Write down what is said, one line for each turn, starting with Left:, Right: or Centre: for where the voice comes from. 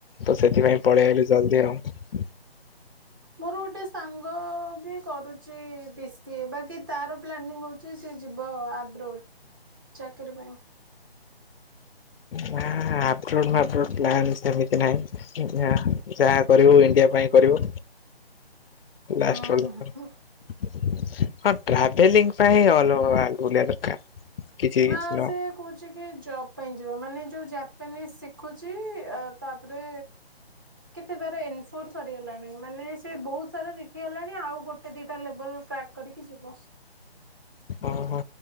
Left: ତ ସେଥିପାଇଁ ପଳେଇ ଆଲି ଜଲଦି ଆଉ।
Right: ମୋର ଗୋଟେ ସାଙ୍ଗ ବି କରୁଛିି ବି ସିଏ ବାକି ତାର ପ୍ଲାନିଂ ହଉଛି ଯିବ ଆଗ୍ରୋ। ଚାକରି ପାଇଁ। <inaudible>
Left: ନା ଆ ଆପ୍ରୋଟ ଫାପ୍ରୋଟ ସେମିତି ନାହିଁ ଯାହା କରିବୁ ଇଣ୍ଡିଆ ପାଇଁ କରିବୁ।
Right: ହୁଁ
Left: ଲାଷ୍ଟ ରେ
Right: ହୁଁ।
Left: ହଁ ଟ୍ରାଭେଲିଂ ପାଇଁ ଅଲଗା ବୁଲିବା ଦରକାର। କିଛି
Right: ନା
Left: କିଛି ନୁହଁ।
Right: ସେ କହୁଛି କି ଜବ ମାନେ ଯୋଉ ଜାପାନି ଖୁଛି ତାପରେ କେତେ ତାର ଏଫୋସ ସରିଗଲାଣି ମାନେ ସେ ବହୁତ ସାରା ଦେଖିଗଲାଣି ଆଉ ଗୋଟେ ଦିଟା ଲେବଲ କ୍ରା କ୍ରା‌କ କରିକି ଯିବ।
Left: ଓହୋ